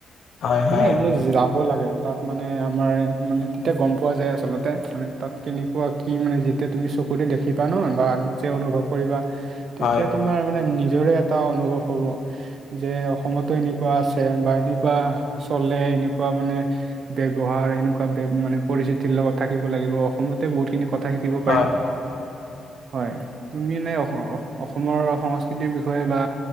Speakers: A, on the left; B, on the right.
A: হয়,
B: মানে,
A: হয়,
B: এইবিলাক যাব লাগে। তাত মানে, আমাৰ মানে, তেতিয়া গম পোৱা যায় আচলতে। মানে, তাত কেনেকুৱা কি মানে, যেতিয়া তুমি চকুৰে দেখিবা ন'! বা নিজে অনুভৱ কৰিবা! তেতিয়া,
A: হয়,
B: তোমাৰ মানে, নিজৰে এটা অনুভৱ হ'ব! যে, অসমতো এনেকুৱা আছে। বা এনেকুৱা চলে। এনেকুৱা মানে ব্যৱহাৰ, এনেকুৱা মানে, পৰিস্থিতিৰ লগত থাকিব লাগিব। অসমতে বহুতখিনি কথা শিকিব
A: হয়,
B: পাৰিম। হয়! তুমি এনে, অস অসমৰ সংস্কৃতিৰ বিষয়ে বা